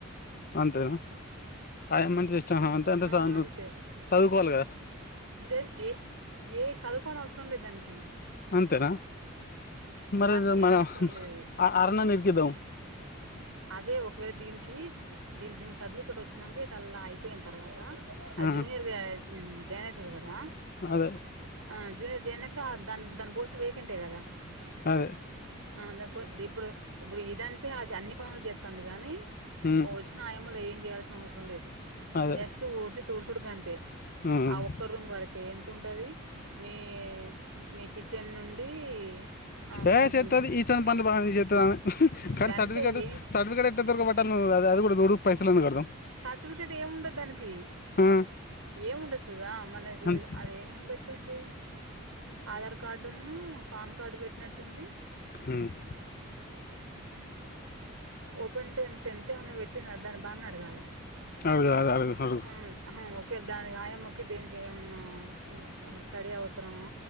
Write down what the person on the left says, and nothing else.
అంతే నా ఆయమ్మ ని అంతే అంటే
స
చదువుకోవాలి కద
అంతేనా మరి
అయితే మరి
అరుణా ని ఇరికిద్ధం
ఆ,
అదే
అదే
ఉమ్,
అదే
ఉమ్.
ఏ
శేత్తది ఈసంటి పనులు బానే చేస్తుది ఆమె కానీే
ట్
సర్టిఫేట్ దొరకబా ను అది కూడా <unintelligible> కడదాం
ఆ,
అంతే
ఉమ్
అడుగు అడుగు, అడుగు అడుగు